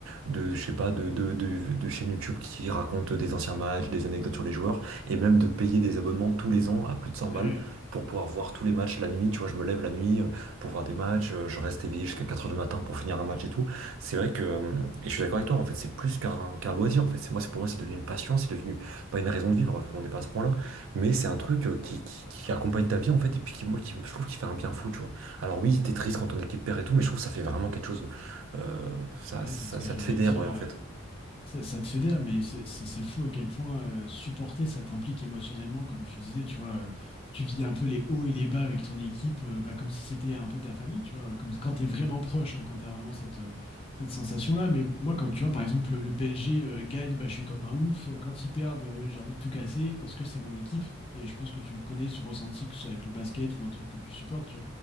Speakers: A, on the right; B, on the left.
A: de, je sais pas, de, de, de, de chaînes YouTube qui racontent des anciens matchs, des anecdotes sur les joueurs, et même de payer des abonnements tous les ans à plus de 100
B: ouais,
A: balles
B: ouais,
A: pour pouvoir voir tous les matchs la nuit. Tu vois, je me lève la nuit, euh, pour voir des matchs, euh, je reste éveillé jusqu'à quatre heures du matin pour finir un match et tout. C'est vrai que, euh, et je suis d'accord avec toi, en fait, c'est plus qu'un qu'un loisir, en fait. C'est moi, c'est pour moi, c'est devenu une passion, c'est devenu pas une raison de vivre, on n'est pas à ce point-là, mais c'est un truc euh, qui, qui, qui accompagne ta vie, en fait, et puis qui, moi, qui, je trouve qu'il fait un bien fou, tu vois. Alors oui, t'es triste quand ton équipe perd et tout, mais je trouve que ça fait vraiment quelque chose. Euh, ça,
B: Ouais,
A: ça,
B: c'est ce que
A: ça
B: j'allais
A: te fédère,
B: dire.
A: ouais, en
B: euh,
A: fait.
B: Ça, ça te fédère, mais c'est c'est- c'est fou à quel point euh, supporter, ça t'implique émotionnellement, comme tu disais, tu vois, euh, tu vis un peu les hauts et les bas avec ton équipe, euh, bah, comme si c'était un peu ta famille, tu vois, comme quand t'es vraiment proche, hein, quand t'as vraiment cette, euh, cette sensation-là. Mais moi, quand tu vois, par exemple, le, le PSG euh, gagne, bah, je suis comme un ouf. Quand ils perdent, euh, j'ai envie de tout casser parce que c'est mon équipe. Et je pense que tu connais ce ressenti, que ce soit avec le basket ou un truc que tu supportes,